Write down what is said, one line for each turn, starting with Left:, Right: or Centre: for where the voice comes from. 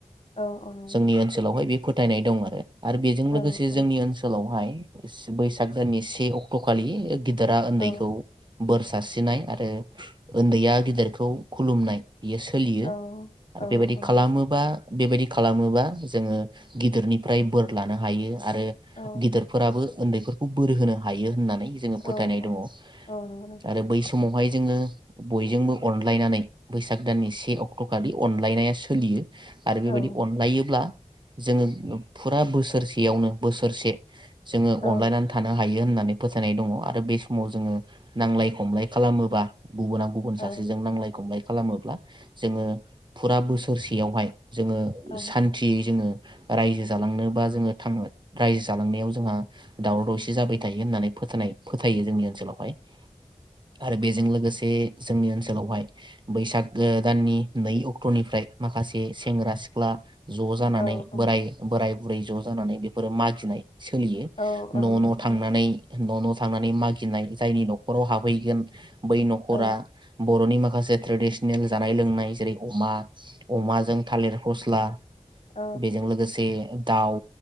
Left: औ औ नंगौ
Right: जोंनि
Left: नोंथां
Right: ओनसोलावहाय बेफोर फोथायनाय दं आरो। आरो बेजों
Left: औ
Right: लोगोसे
Left: औ
Right: जोंनि ओनसोलावहाय बैस-बैसाग दाननि से अक्ट' खालि गि देरा उन्दैखौ
Left: औ
Right: बोर सारस्रिनाय आरो उन्दैया गिदिरखौ खुलुमनाय बियो सोलियो
Left: औ
Right: आरो
Left: औ
Right: बेबायदि
Left: औ
Right: खालामोबा
Left: नोंथां
Right: बेबायदि खालामोबा जोङो गिदिरनिफ्राय बोर लानो हायो। आरो
Left: औ
Right: गिदिरफोराबो उन्दैफोरखौ बोरो होनो हायो होननानै जोङो फोथायनाय
Left: औ औ
Right: दङ ।
Left: औ नंगौ नोंथां
Right: आरो बै समावहाय जोङो बयजोंबो अनलायनानै बैसाग दाननि से अक्ट' खालि अनलायनाया सोलियो । आरो बेबायदि
Left: औ
Right: अनलायोब्ला जोङो फुरा बोसोरसेयावनो बोसोरसे जोङो
Left: औ
Right: अनलायनानै थानो हायो। होननानै फोसथायनाय दङ आरो बे समाव जोङो नांलाय खमलाय खालामोबा गुबुना गुबुन
Left: औ
Right: सासेजों नांलाय खमलाय खालामोब्ला जोङो फुरा बोसोरसेयावहाय जोङो
Left: औ
Right: सान्थियै जोङो रायजो जालांनोबा जोङो थाङो रायजो जालांनायाव जोंहा दावराव दावसि जाबाय थायो होननानै फोथायनाय फोथायो जोंनि ओनसोलावहाय। आरो बेजों लोगोसे बे जोंनि ओनसोलावहाय बैसागो दाननि नै अक्ट'निफ्राय माखासे सेंग्रा सिख्ला ज' जानानै
Left: औ
Right: बोराय
Left: औ
Right: बोराय बुरै ज' जानानै बेफोरो मागिनाय सोलियो
Left: औ औ नंगौ नोंथां औ नोंथां औ
Right: न'
Left: नंगौ
Right: न'
Left: नोंथां
Right: थांनानै । न' न' थांनानै मागिनाय जायनि न'खराव हाबहैगोन बै न'खरा
Left: औ
Right: बर'नि माखा माखासे ट्रेडिसनेल जानाय लोंनाय जेरै अमा, अमाजों
Left: औ
Right: थालिर फस्ला
Left: औ
Right: बेजों लोगोसे दाउ